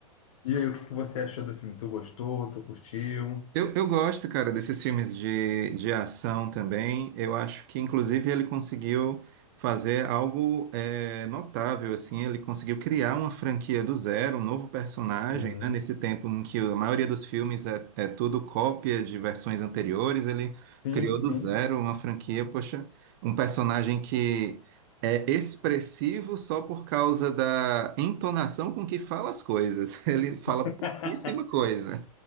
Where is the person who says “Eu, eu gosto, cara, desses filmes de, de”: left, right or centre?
Right